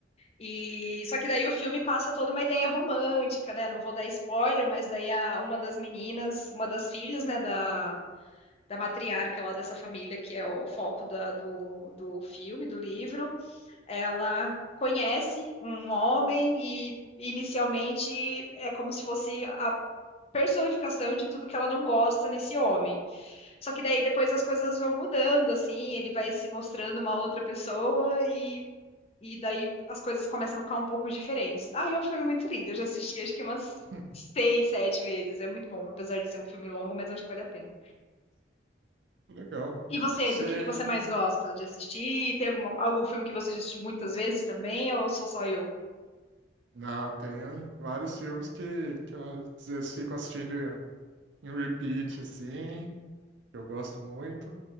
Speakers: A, on the left (about 35°); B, on the right (about 80°).
A: E só que daí o filme passa toda uma ideia romântica, né? Não vou dar spoiler, mas daí a, uma das meninas, uma das filhas, né, da da matriarca lá dessa família, que é o foco da- do, do filme, do livro, ela conhece um homem e inicialmente é como se fosse a personificação de tudo que ela não gosta nesse homem. Só que daí depois as coisas vão mudando, assim, ele vai se mostrando uma outra pessoa e, e daí as coisas começam a ficar um pouco diferentes. Ah, é um filme muito lindo, eu já assisti acho que umas
B: <laughs>
A: seis, sete vezes, é muito bom, apesar de ser um filme longo, mas eu acho que vale a pena.
B: Legal.
A: E você,
B: Sei.
A: do que que você mais gosta de assistir? Tem alguma, algum filme que você já assistiu muitas vezes também, ou sou só eu?
B: Não, tem vários filmes que, que eu às vezes fico assistindo em repeat, assim, que eu gosto muito.